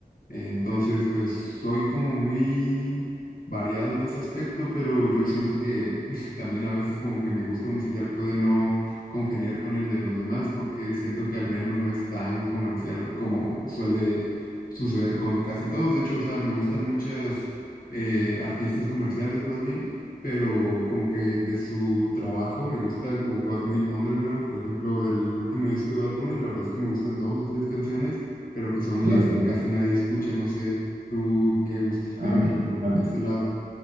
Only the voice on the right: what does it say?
sí,
a mí,
A
mí,
a mí.